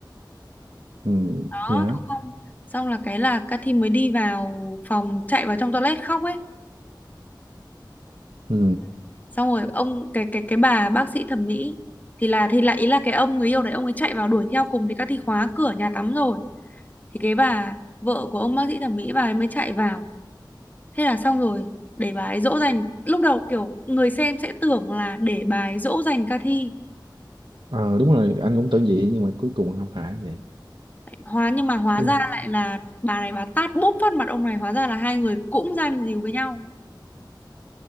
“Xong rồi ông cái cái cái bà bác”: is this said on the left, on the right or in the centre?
Left